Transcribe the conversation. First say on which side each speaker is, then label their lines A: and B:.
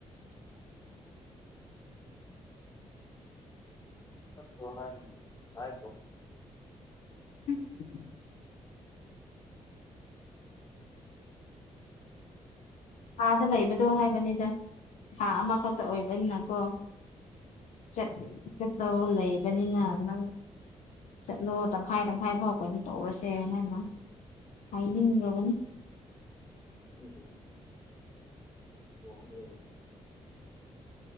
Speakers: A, on the left; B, on the left.
A: ꯍꯣꯏ ꯍꯣꯏ ꯍꯥꯏꯈ꯭ꯔꯣ꯫
B: <unintelligible> ꯑꯥꯗ ꯂꯩꯕꯗꯣ ꯍꯥꯏꯕꯅꯦꯗ ꯊꯥ ꯑꯃꯈꯛꯇ ꯑꯣꯏꯕꯅꯤꯅꯀꯣ꯫ ꯆꯠꯀꯗꯧ ꯂꯩꯕꯅꯤꯅ ꯅꯪ ꯆꯠꯂꯣ ꯇꯪꯈꯥꯏ ꯇꯪꯈꯥꯏ ꯐꯥꯎꯒꯅꯤ ꯇꯧꯔꯁꯦ ꯍꯥꯏꯅ ꯍꯥꯏꯅꯤꯡꯂꯕꯅꯤ꯫
A: ꯎꯝ ꯎ <inaudible>